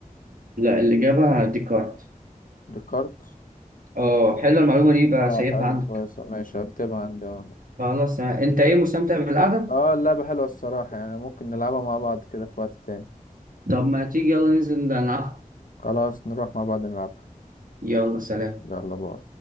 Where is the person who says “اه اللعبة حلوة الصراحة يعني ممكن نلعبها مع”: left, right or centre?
Left